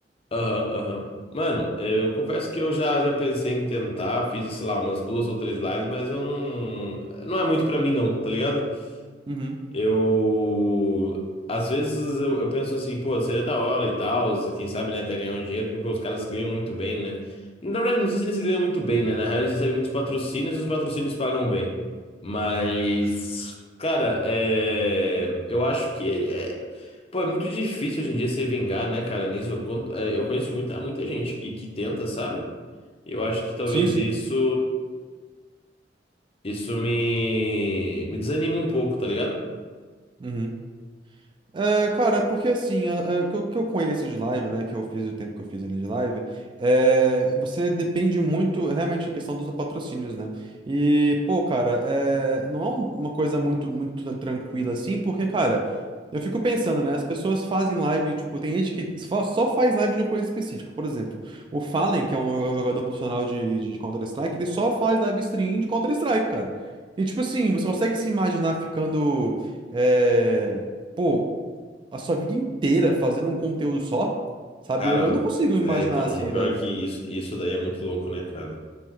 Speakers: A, on the left; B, on the right.
A: Aham, aham. Mano, eu confesso que eu já, já pensei em tentar, fiz, sei lá, umas duas ou três lives, mas eu não. Não é muito pra mim, não, tá ligado?
B: Uhum.
A: Eu. Às vezes eu, eu penso assim, pô, seria da hora e tal, quem sabe, né, até ganhar um dinheiro, porque pô, os caras ganham muito bem, né? Na verdade, não sei se eles ganham muito bem, né? Na real, eles recebem muitos patrocínios e os patrocínios pagam bem. Mas, cara, é... eu acho que é... é- Pô, é muito difícil hoje em dia se vingar, né, cara? Nisso eu, conto- é, eu conheço muita, muita gente que, que tenta, sabe? Eu acho que talvez
B: Sim, sim.
A: isso. Isso me, me desanima um pouco, tá ligado?
B: Uhum. É, cara, é porque assim, a- a- o que eu que eu conheço de live, né, que eu fiz o tempo que eu fiz ali de live, é, você depende muito, realmente, da questão dos patrocínios, né? E, pô, cara, é, não é um- uma coisa muito, muito tran- tranquila assim, porque, cara, eu fico pensando, né, as pessoas fazem live, tipo, tem gente que só, só faz live de uma coisa específica, por exemplo, o Fallen, que é um é um jogador profissional de, de Counter-Strike, ele só faz live stream de Counter-Strike, cara. E, tipo assim, você consegue se imaginar ficando, é, pô a sua vida inteira fazendo um conteúdo só, sabe?
A: Cara,
B: Eu, eu não consigo me imaginar
A: é, então,
B: assim,
A: o pior
B: velho.
A: é que isso, isso daí é muito louco, né, cara?